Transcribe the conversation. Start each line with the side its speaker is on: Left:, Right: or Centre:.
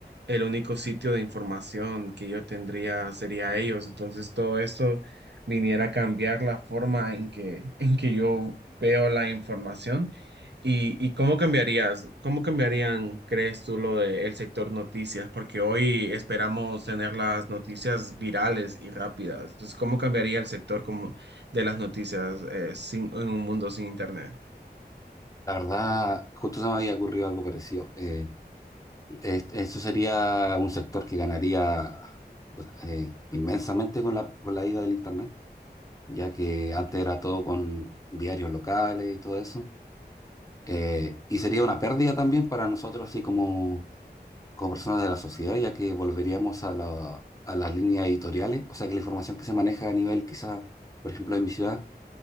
Right: el único sitio de información que yo tendría sería ellos? Entonces, todo esto viniera a cambiar la forma en que, <laughs> en que yo veo la información. ¿Y, y cómo cambiarías? ¿Cómo cambiarían, crees tú, lo del sector noticias? Porque hoy esperamos tener las noticias virales y rápidas. Entonces, ¿cómo cambiaría el sector? cómo de las noticias eh, sin- en un mundo sin internet.
Left: La verdad, justo se me había ocurrido algo parecido. Eh, es- eso sería un sector que ganaría o sea, eh, inmensamente con la, con la ida del Internet, ya que antes era todo con diarios locales y todo eso. Eh, y sería una pérdida también para nosotros, así como, como personas de la sociedad, ya que volveríamos a la, a las líneas editoriales. O sea, que la información que se maneja a nivel, quizás, por ejemplo, en mi ciudad